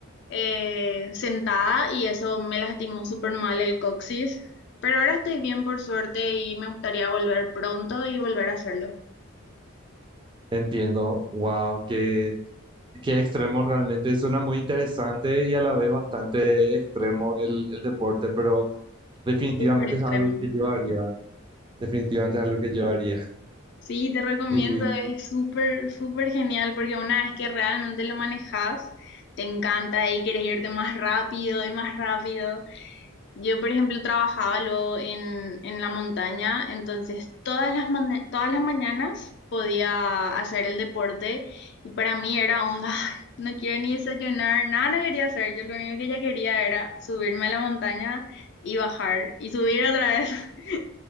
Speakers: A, on the left; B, on the right.
A: eh, sentada y eso me lastimó súper mal el coxis. Pero ahora estoy bien por suerte y me gustaría volver pronto y volver a hacerlo.
B: Entiendo, wow, qué, qué extremo realmente. Suena muy interesante y a la vez bastante extremo el, el deporte, pero definitivamente
A: Súper extremo.
B: es algo que yo haría. Definitivamente es algo que yo haría. <laughs>
A: Sí, te recomiendo,
B: Y,
A: es súper, súper genial porque una vez que realmente lo manejas, te encanta y quieres irte más rápido y más rápido. Yo, por ejemplo, trabajaba luego en, en la montaña, entonces todas las, mana- todas las mañanas podía hacer el deporte y para mí era un, "Ay, <laughs> no quiero ni desayunar, nada, no quería hacer. Yo lo único que ya quería era subirme a la montaña y bajar y subir otra vez. <laughs>